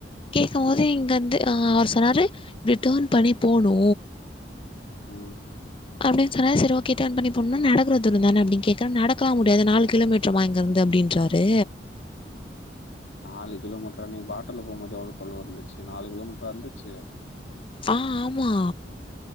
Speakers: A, on the left; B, on the left.
A: கேக்கும்போது இங்கந்து ஆ அவர் சொன்னாரு இப்டி டர்ன் பண்ணி போணூ
B: ம்
A: அப்டின் சொன்னாரு செரி ஓகே டர்ன் பண்ணி போன்னா நடக் க்ற தூரந்தானே அப்டின் கேட்டா நடக்கலா முடியாது நாலு கிலோமீட்டர் மா இங்கருந்து அப்டின்றாரு
B: நாலு கிலோமீட்டரா நீ ஆட்டோல போம்போது எவ்ளோ தொலவுருந்துச்சு நாலு கிலோமீட்டரா இருந்துச்சு
A: ஆ ஆமா